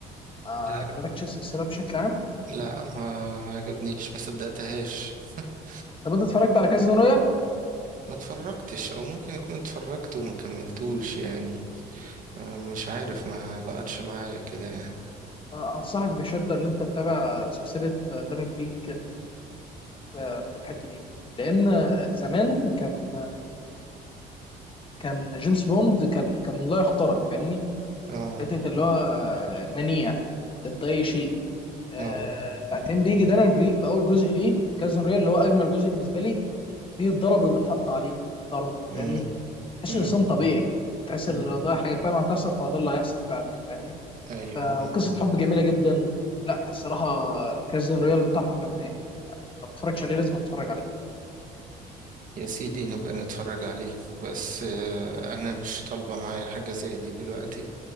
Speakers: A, on the left (about 30°); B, on the right (about 50°).
A: ما
B: لا
A: عجبتكش السلسله بشكل عام
B: لا ما ما عجبنيش ما صدقتهاش <laughs>
A: طب انت اتفرجت على كازينو رويال
B: ما اتفرجتش او ممكن اكون اتفرجت وما كملتوش يعني آه، مش عارف ما لقتش معايا كده يعني
A: آه، انصحك بشده ان انت تتابع سلسله دارين كريك آه، في الحته دي لان آه، زمان كان كان جيمس بوند كان كان لا يخترق فاهمني
B: اه
A: حته اللي هو آه، منيع ضد اي شيء آه،
B: اه
A: بعدين بيجي دارين كريك في اول جزء ليه كازينو رويال اللي هو اجمل جزء بالنسبه لي بيتضرب وبيتحط عليه ضرب
B: امم
A: فاهمني تحس
B: امم
A: انسان طبيعي تحس
B: أمم.
A: ان لو ده حاجه فعلا هتحصل فهو ده اللي هيحصل فعلا فاهمني
B: ايوه
A: فقصه
B: اه
A: حب جميله جدا لا الصراحه كازين رويال تحفه فنيه لو ما اتفرجتش عليه لازم اتفرج عليه
B: يا سيدي نبقى نتفرج عليه بس آه، انا مش طالبه معايا حاجه زي دي دلوقتي